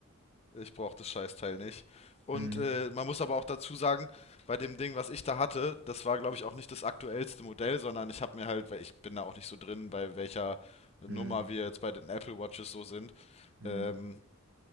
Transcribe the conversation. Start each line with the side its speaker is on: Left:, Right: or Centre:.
Left: ich brauche das Scheißteil nicht. Und
Right: hm,
Left: äh, man muss aber auch dazu sagen, bei dem Ding, was ich da hatte, das war, glaube ich, auch nicht das aktuellste Modell, sondern ich habe mir halt, weil ich bin da auch nicht so drin, bei welcher Nummer
Right: hm,
Left: wir jetzt bei den Apple Watches so sind.
Right: hm,
Left: Ähm,